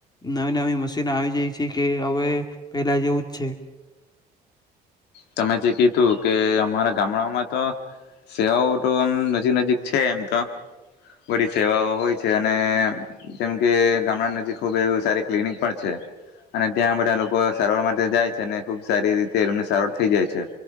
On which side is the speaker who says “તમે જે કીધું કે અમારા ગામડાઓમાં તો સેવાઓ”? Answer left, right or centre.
Left